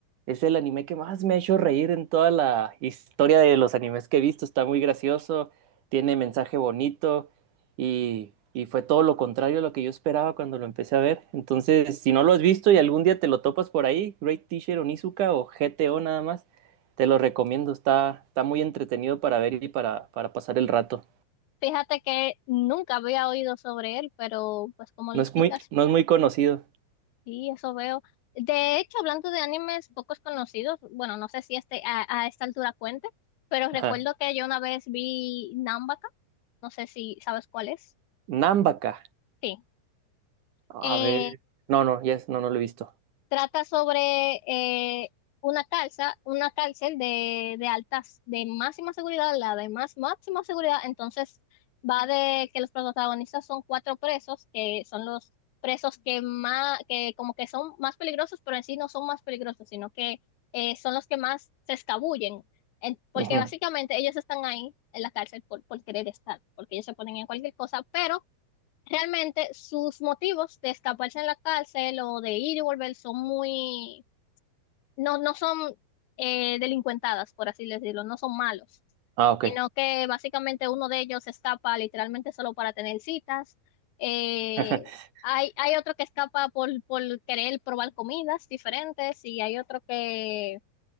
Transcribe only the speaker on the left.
Fíjate que nunca había oído sobre él, pero pues como
lo explicas,
sí, eso veo. De hecho, hablando de animes pocos conocidos, bueno, no sé si este a, a esta altura cuente, pero recuerdo
que yo una vez vi Nambaka, no sé si sabes cuál es.
Sí.
Eh,
Trata sobre eh, una calza, una cárcel de, de altas, de máxima seguridad, la de más máxima seguridad. Entonces, va de que los protagonistas son cuatro presos, que son los presos que más, que como que son más peligrosos, pero en sí no son más peligrosos, sino que eh, son los que más se escabullen. En- porque
básicamente ellos están ahí en la cárcel por, por querer estar, porque ellos se ponen en cualquier cosa, pero Realmente sus motivos de escaparse en la cárcel o de ir y volver son muy, no, no son eh, delincuentadas, por así decirlo, no son malos,
sino que básicamente uno de ellos escapa literalmente solo para tener citas. Eh,
hay, hay otro que escapa por, por querer probar comidas diferentes y hay otro que